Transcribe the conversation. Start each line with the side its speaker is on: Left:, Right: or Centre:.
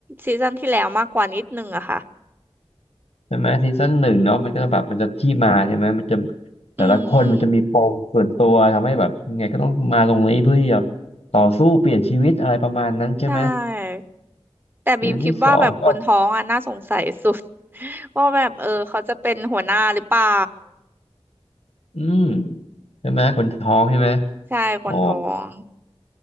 Right: ซีซั่นที่แล้วมากกว่านิดนึงอะค่ะ
Left: ใช่ไหมซีซั่นหนึ่งเนาะมันก็แบบมันจะที่มาใช่ไหมมันจะแต่ละคนมันจะมีปมส่วนตัวทำให้แบบยังไงก็ต้องมาตรงนี้เพื่อที่จะ
Right: อืม
Left: ต่อสู้เปลี่ยนชีวิตอะไรประมาณนั้นใช่ไหม
Right: ใช่แต่บีมคิดว่าแบบคนท้องอะน่าสงสัยสุด
Left: ซีซั่นที่สองก็
Right: <laughs> ว่าแบบเออเขาจะเป็นหัวหน้าหรือเปล่า
Left: <laughs> อืมใช่ไหมคนท้องใช่ไหม
Right: ใช่คนท้อง
Left: อ๋อ